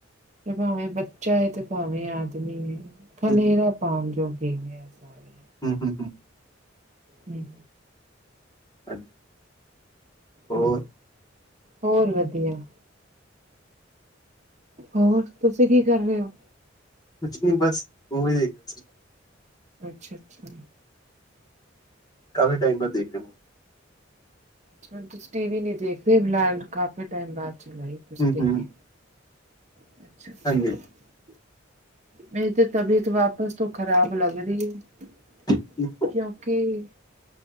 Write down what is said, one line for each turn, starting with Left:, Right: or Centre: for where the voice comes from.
Right: ਜੇ ਭਾਵੇਂ ਬੱਚਾ ਹੈ ਤੇ ਭਾਵੇਂ ਆਦਮੀ ਹੈ ਖਲੇਰਾ
Left: ਹੂੰ
Right: ਪਾਉਣ ਜੋਗੇ ਨੇ। ਇਹ ਸਾਰੇ।
Left: ਹਮ-ਹਮ-ਹਮ।
Right: ਹਮ।
Left: ਹਾਂਜੀ ਹੋਰ।
Right: ਹਾਂ ਹੋਰ ਵਧੀਆ। ਹੋਰ ਤੁਸੀ ਕੀ ਕਰ ਰਹੇ ਹੋ।
Left: ਕੁਛ ਨੀ ਬਸ ਮੂਵੀ ਦੇਖ ਰਹੇ ਸੀ।
Right: ਅੱਛਾ-ਅੱਛਾ।
Left: ਕਾਫੀ ਟਾਈਮ ਬਾਅਦ ਦੇਖ ਰਿਹਾ ਮੂਵੀ।
Right: ਅੱਛਾ ਤੁਸੀਂ ਟੀ ਵੀ ਨੀ ਦੇਖਦੇ ਫਿਲਹਾਲ ਕਾਫੀ ਟਾਈਮ ਬਾਅਦ ਚਲਾਈ ਤੁਸੀ
Left: ਹੂੰ ਹੂੰ
Right: <unintelligible> ਅੱਛਾ-ਅੱਛਾ।
Left: ਹਾਂਜੀ
Right: ਮੇਰੀ ਤੇ ਤਬੀਅਤ ਵਾਪਸ ਤੋਂ ਖ਼ਰਾਬ ਲੱਗ ਰਹੀ ਹੈ।
Left: ਹਾਂਜੀ
Right: ਕਿਉਂਕਿ